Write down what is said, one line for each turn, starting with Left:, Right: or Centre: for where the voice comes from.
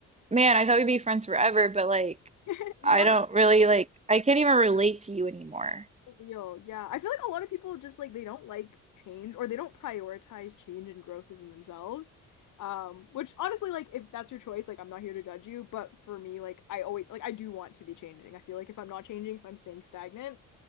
Right: man, I thought we'd be friends forever, but like
Left: <laughs> Yeah.
Right: I don't really like I can't even relate to you anymore.
Left: real. Yeah. I feel like a lot of people just like they don't like change or they don't prioritize change and growth within themselves. Um, which honestly, like if that's your choice, like I'm not here to judge you, but for me, like I always like I do want to be changing. I feel like if I'm not changing, if I'm staying stagnant,